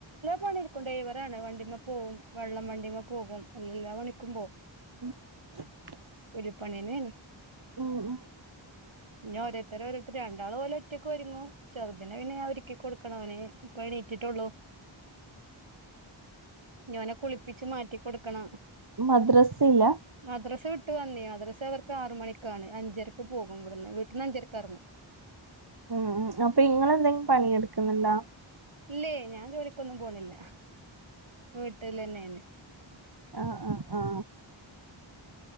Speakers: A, on the right; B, on the right.
A: വണിട്ക്കും ടെയ് വറാണ് വണ്ടിമ്മ പോവും വെള്ളം വണ്ടിമ്മ പോകും എല്ലാ പണിക്കും പോവും.
B: <inaudible>
A: രുപണിയെണെന്ന്
B: ഉ ഉം
A: ഞ് ഓരോര്ത്തരോര് രണ്ടാള് ഓല്ഒറ്റക്കെര്ങ്ങും ചെർതിന പിന്നെ ഞാഒരിക്കികൊട്ക്കണ അവന് ഇപ്പണീറ്റിട്ടുള്ളു. ഞാനൊകുളി ച് മാറ്റൊടുക്കണം
B: മദ്രസില്ല
A: മദ്രസ വീട്ട് വന്നി അ മദ്രസ അവർക്ക് ആറു മണിക്കാണ് അഞ്ചരക്ക് പോകും ഇവിടന്ന് വീട്ടിന്ന് അഞ്ചരക്ക്റങ്ങു
B: ഉ ഉം അപ്പ ഇങ്ങളെന്തെ പണിയെട്ക്ക്ന്ന്ണ്ടാ.
A: ഇല്ലേ ഞാൻ ജോലിക്കൊന്നും പോണില്ല വീട്ടില്ന്നെണ്.
B: ആ ആ ആ